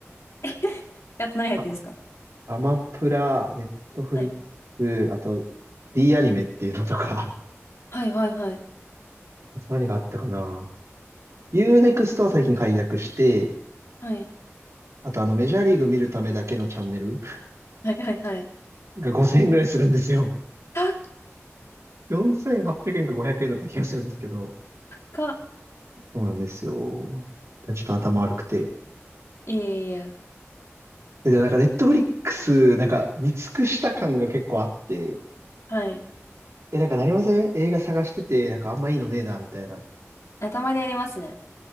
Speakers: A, on the left (about 70°); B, on the right (about 80°).
A: <laughs> えあと何入ってるんですか
B: あ、アマプラ、ネットフリックス、
A: はい
B: あと D アニメっていうのとか、
A: はいはいはい。
B: <laughs> あと何があったかな。ユーネクストは最近解約して、
A: はい。
B: あとあのメジャーリーグ見るためだけのチャンネル
A: はいはいはい。
B: が5000円ぐらいするんですよ。
A: 高っ
B: 4800円か500円だった気がするんですけど。
A: 高っ。
B: そうなんですよ。ちょっと頭悪くて。
A: いやいやいや。
B: え、でもなんかネットフリックス、なんか見尽くした感が結構あって、
A: はい。
B: え、なんかなりません映画探してて、なんかあんまいいのねえな、みたいな。
A: あ、たまにありますね。